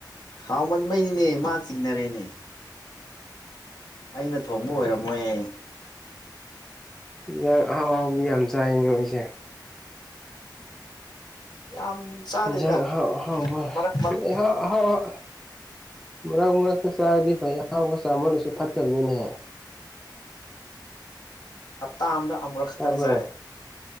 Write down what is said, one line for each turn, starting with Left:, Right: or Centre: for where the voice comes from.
Left: ꯍꯥꯎꯃꯟꯕꯩꯅꯤꯅꯦ ꯃꯥ ꯆꯤꯡꯅꯔꯦꯅꯦ ꯑꯩꯅ ꯊꯣꯡꯕ ꯑꯣꯏꯔꯝꯃꯣꯏ
Centre: ꯏꯟꯖꯥꯡ ꯑꯍꯥꯎ ꯑꯍꯥꯎꯕꯗꯤ ꯌꯥꯝ ꯆꯥꯏ ꯅꯣꯏꯁꯦ
Left: ꯌꯥꯝ ꯆꯥꯗꯦꯗ
Centre: ꯏꯟꯖꯥꯡ ꯑꯍꯥꯎ ꯑꯍꯥꯎꯕ
Left: ꯃꯔꯛ ꯃꯔꯛ
Centre: <unintelligible> ꯑꯍꯥꯎ ꯑ ꯃꯔꯛ ꯃꯔꯛꯇ ꯆꯥꯔꯗꯤ ꯐꯩꯌꯦ ꯑꯍꯥꯎꯕ ꯆꯥꯃꯜꯂꯁꯨ ꯐꯠꯇꯕꯅꯤꯅꯦ
Left: ꯍꯞꯇꯥ ꯑꯃꯗ ꯑꯃꯨꯔꯛ ꯈꯛꯇꯪ
Centre: ꯇꯥꯕ꯭ꯔꯣ
Left: ꯆꯥꯏ